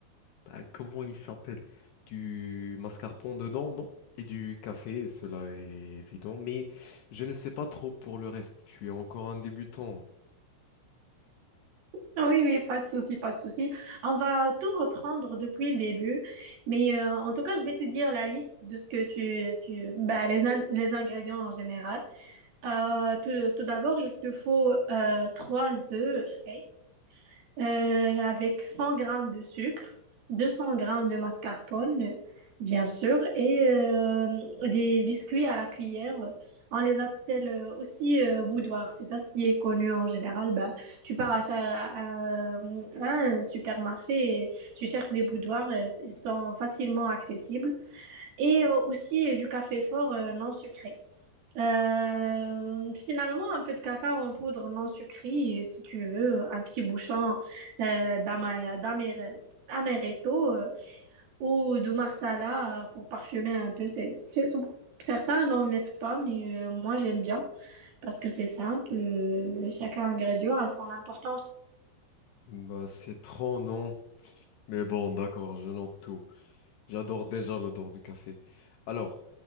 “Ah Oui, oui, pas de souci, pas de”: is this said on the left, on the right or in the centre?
Right